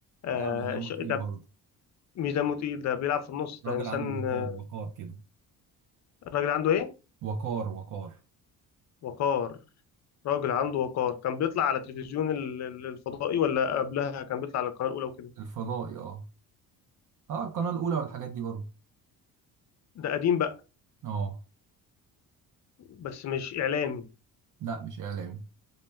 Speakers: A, on the left; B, on the right.
A: آه
B: لا مش دمه
A: ش...
B: تقيل
A: طب
B: برضه
A: مش دمه تقيل ده بيلعب في النص
B: راجل
A: ده إنسان
B: عنده وقار
A: آه،
B: وقار كده
A: راجل عنده إيه؟
B: وقار وقار
A: وقار راجل عنده وقار كان بيطلع على تلفزيون ال- ال- الفضائي ولا قبلها كان بيطلع على القناة الأولى وكده
B: الفضائي اه اه القناة الأولى والحاجات دي برضه
A: ده قديم بقى
B: اه
A: بس مش إعلامي
B: لا مش اعلامي